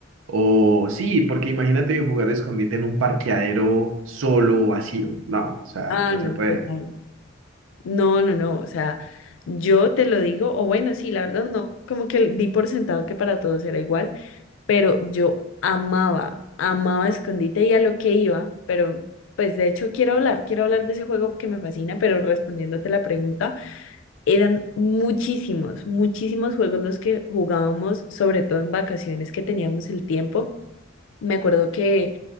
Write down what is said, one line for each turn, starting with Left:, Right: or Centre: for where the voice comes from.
Right: o sí, porque imagínate jugar escondite en un parqueadero solo, o vacío. No, o sea,
Left: Ah,
Right: no
Left: no,
Right: se puede.
Left: total. No, no, no. O sea, yo te lo digo, o bueno, sí, la verdad no, como que di por sentado que para todos era igual, pero yo amaba, amaba escondite y a lo que iba, pero pues de hecho quiero hablar, quiero hablar de ese juego que me fascina, pero respondiéndote la pregunta, eran muchísimos, muchísimos juegos los que jugábamos, sobre todo en vacaciones que teníamos el tiempo. Me acuerdo que